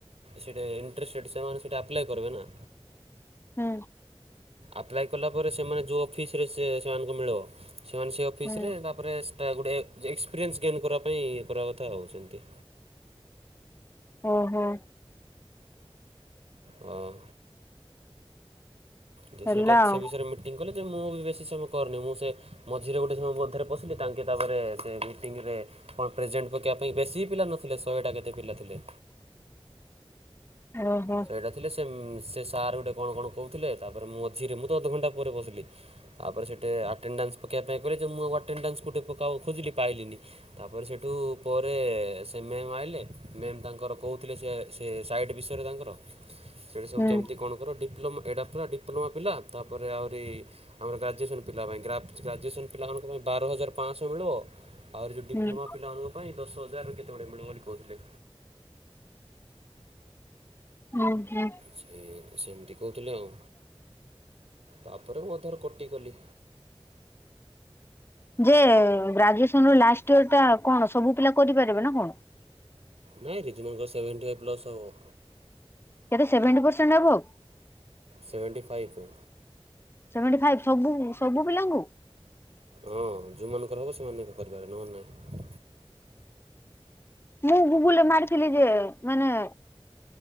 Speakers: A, on the right; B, on the left.
A: ସେଇଠା ଇଣ୍ଟରେଷ୍ଟେଡ଼୍ ସେମାନେ ସେଇଟା ଆପ୍ଲାଏ କରିବେ ନା।
B: ହୁଁ।
A: ଆପ୍ଲାଏ କଲା ପରେ ସେମାନେ ଯେଉଁ ଅଫିସରେ ସେ ସେମାନଙ୍କୁ ମିଳିବ। ସେମାନେ ସେ ଅଫିସରେ
B: ହୁଁ
A: ତାପରେ ସେଇଟା ଗୋଟେ ଏକ୍ସପିରିଏନ୍ସ ଗେନ୍ କରିବା ପାଇଁ ଇ କରିବା କଥା ହେଉ ସେମିତି।
B: ହୁଁ ହୁଁ।
A: ହଁ। ଯେ
B: ହେଲା
A: ସେଇଟା
B: ଆଉ
A: ସେ ବିଷୟରେ ମିଟିଂ କଲେ ଯେ ମୁଁ ବି ବେଶୀ ସମୟ କରୁନି ମୁଁ ସେ ମୋଝିରେ ଗୋଟେ ସମୟ ମଧ୍ୟରେ ପଶିଲି ତାଙ୍କେ ତାପରେ ସେ ମିଟିଙ୍ଗରେ କଣ ପ୍ରେଜେଣ୍ଟ ପକବା ପାଇଁ ବେଶୀ ପିଲା ନଥିଲେ ଶହେ ଟା କେତେ ପିଲା ଥିଲେ।
B: ଓହୋ।
A: ସେଇଟା ଥିଲେ ସେ ସେ ସାର୍ ଗୋଟେ କଣ କଣ କହୁଥିଲେ ତାପରେ ମୋଝିରେ ମୁଁ ତ ଅଧଘଣ୍ଟା ପରେ ବସିଲି। ତାପରେ ସେଠି ଆଟେଣ୍ଡାନ୍ସ ପକେଇବା ପାଇଁ କହିଲେ ଯେ ମୁଁ ଆଟେଣ୍ଡାନ୍ସକୁୋଟେ ପ ଖୋଜିଲି ପାଇଲିନି। ତାପରେ ସେଠୁ ପରେ ସେ ମ୍ୟାମ୍ ଆଇଲେ ମ୍ୟାମ୍ ତାଙ୍କର କହୁଥିଲେ ସେ ସେ ସାଇଟ୍ ବିଷୟରେ ତାଙ୍କର ସେଇଠି ସବୁ
B: ହୁଁ
A: କେମିତି କଣ ର ଥିଲା ଡିପ୍ଲୋମା ପିଲା ତାପରେ ଆହୁରି ଆମର ଗ୍ରାଜୁଏସନ୍ ପିଲା ପାଇଁ ଗ୍ରାଜୁଏସନ୍ ପିଲାମାନଙ୍କ ପାଇଁ ବାର ହଜାର ପାଞ୍ଚଶହ ମିଳିବ ଆହୁରି ଯେଉଁ ଡିପ୍ଲୋମା
B: ହୁଁ
A: ପିଲାଙ୍କ ପାଇଁ ଦଶ ହଜାରରୁ କେତେ ଗୁଡେ ମିଳିବ ବୋଲି କହୁଥିଲେ।
B: ହୁଁ ହୁଁ।
A: ସେ ସେମିତି କହୁଥିଲେ ଆଉ। ତାପରେ ମୁଁ ଅଧାରୁ କଟି ଗଲି।
B: ଯେ ଗ୍ରାଜୁଏସନ ର ଲାଷ୍ଟ ଇୟର ଟା କଣ ସବୁ ପିଲା କରିପାରିବେ ନା କଣ?
A: ନାଇଁ ରରେ ଜୁମାନଙ୍କର ସେଭେଣ୍ଟି ଫାଇଭ୍ ପ୍ଲସ୍ ହବ।
B: ଖାଲି ସେଭେଣ୍ଟି ପରସେଣ୍ଟ ଏଭବ?
A: Seventy five.
B: ସେଭେଣ୍ଟି ଫାଇଭ ସବୁ ସବୁ ପିଲାଙ୍କୁ?
A: ହଁ ଯେଉଁମାନଙ୍କର ହବ ସେମାନଙ୍କ କରିପାରିବେ ନହେଲେ ନାହିଁ।
B: ମୁଁ ଗୁଗୁଲରେ ମାରିଥିଲି ଯେ ମାନେ